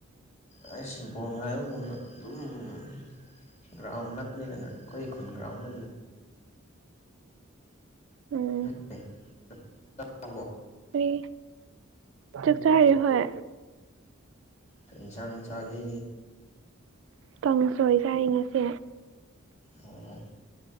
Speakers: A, on the left; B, on the right.
A: ꯑꯩꯁ ꯕꯣꯜ ꯉꯥꯏꯕꯒꯨꯝꯅ ꯑꯗꯨꯝ ꯒ꯭ꯔꯥꯎꯟ ꯅꯛꯄꯅꯤꯅꯒ ꯑꯩꯈꯣꯏ ꯈꯨꯟ ꯒ꯭ꯔꯥꯎꯟꯗ ꯑꯗꯨꯝ
B: ꯎꯝ
A: ꯑꯝ <unintelligible>
B: ꯍꯨꯏ ꯆꯥꯛ ꯆꯥꯔꯤ ꯍꯣꯏ
A: ꯀꯩ ꯏꯟꯁꯥꯡ ꯆꯥꯒꯦ
B: ꯀꯥꯡꯁꯣꯏ ꯆꯥꯏ ꯉꯁꯤ
A: ꯑꯣ